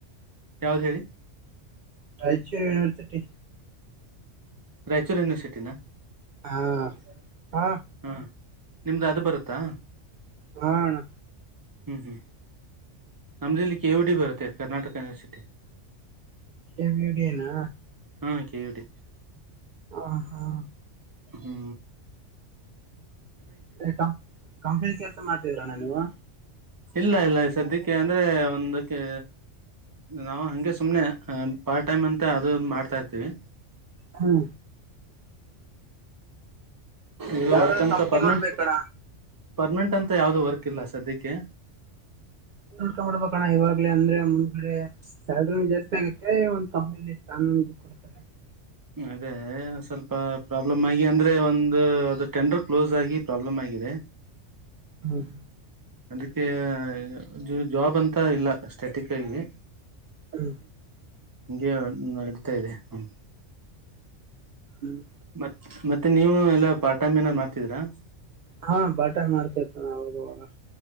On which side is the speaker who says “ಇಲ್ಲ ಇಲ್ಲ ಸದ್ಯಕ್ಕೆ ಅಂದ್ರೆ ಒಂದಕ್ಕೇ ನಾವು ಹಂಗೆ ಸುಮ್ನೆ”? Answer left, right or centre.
Right